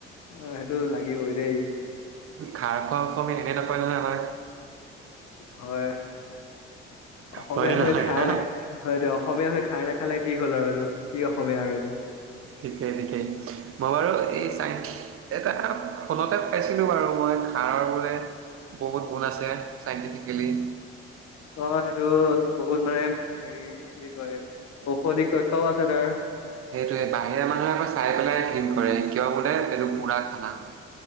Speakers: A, on the left; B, on the right.
A: অ সেইটো লাগিবই দেই
B: খাৰ খোৱা অসমী এনে নাপাই নহয় আমাৰ।
A: হয় অসমীয়া
B: হয়নে
A: হৈ
B: নহয়
A: খাৰ
B: হা
A: নাখা হয়টো অসমীয়া হৈ খাৰ নাখালে কি হ'ল আৰু এইটো কি অসমীয়া আৰু এইটো
B: ঠিকেই ঠিকেই মই বাৰু এই চাই এটা ফোনতে পাইছিলোঁ বাৰু মই খাৰৰ বোলে বহুত গুণ আছে চাইণ্টিফিকেলি
A: অ সেইটো বহুত মানে হেৰি কি কয় ঔষধি তত্ত্ব আছে তাৰ
B: সেইটোৱে বাহিৰা মানুহে আকৌ চাই পেলাই ঘণ কৰে কিয় বোলে এইটো পুৰা খানা হয়